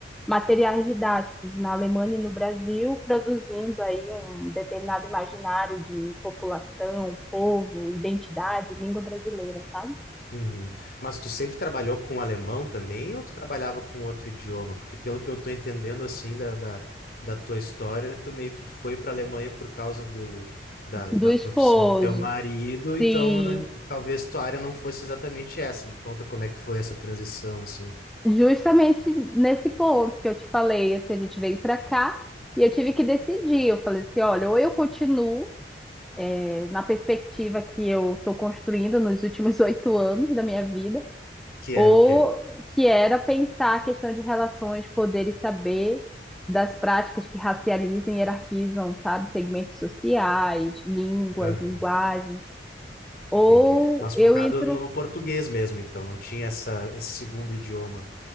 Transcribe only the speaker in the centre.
materiais didáticos na Alemanha e no Brasil, produzindo aí um determinado imaginário de população, povo, identidade, língua brasileira, sabe?
Do esposo,
sim
Justamente nesse ponto que eu te falei, assim, a gente veio para cá e eu tive que decidir. Eu falei assim, olha, ou eu continuo eh, na perspectiva que eu estou construindo nos últimos <laughs> oito anos da minha vida,
ou
que era pensar a questão de relações, poder e saber das práticas que racializam e hierarquizam, sabe, segmentos sociais, línguas,
linguagens. Ou
eu entro